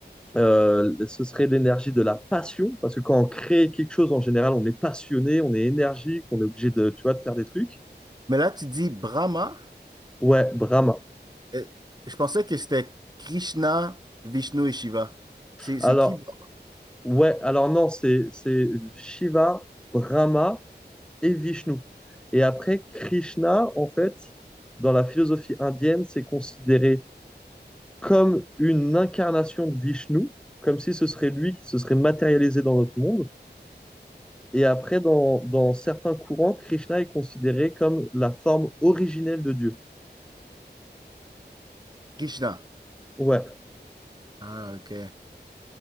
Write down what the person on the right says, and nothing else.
Mais là, tu dis Brahma.
Euh, Je pensais que c'était Krishna, Vishnu et Shiva. C'est
c'est qui Brahma?
Krishna.
Ah, ok.